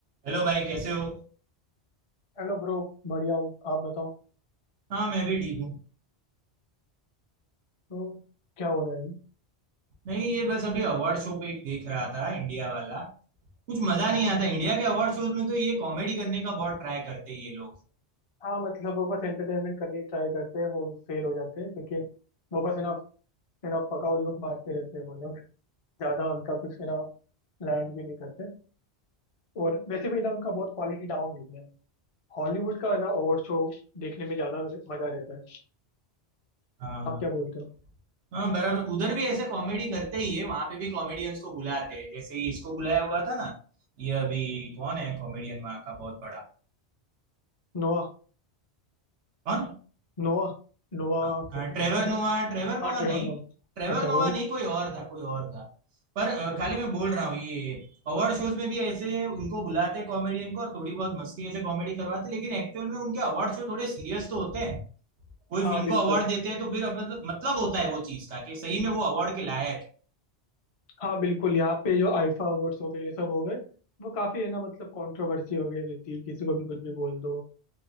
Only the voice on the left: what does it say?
Hello bro बढ़िया हो आप बताओ
तो क्या हो रहा है अभी?
अच्छा
हाँ मतलब वो बस एंटरटेनमेंट करने की ट्राई करते हैं वो फेल हो जाते हैं क्योंकि वो बस है ना है ना पकाऊ जोक मारते रहते हैं वो लोग ज़्यादा उनका कुछ है ना लैंड भी नहीं करते और वैसे भी ना उनका बहुत क्वालिटी डाउन हो गया है हॉलीवुड का है ना अवार्ड शो देखने में ज़्यादा मज़ा रहता है
आप क्या बोलते हो
नोआ
नोआ नोआ
करके
कुछ नाम
है
हाँ ट्रेवर
नोआ
अच्छा
वो नहीं
अच्छा
हाँ
बिल्कुल
हाँ बिल्कुल यहाँ पे जो आईफा अवार्ड्स हो गए ये सब हो गए वो काफी है ना मतलब कंट्रोवर्सी हो गई रहती है किसी को भी कुछ भी बोल दो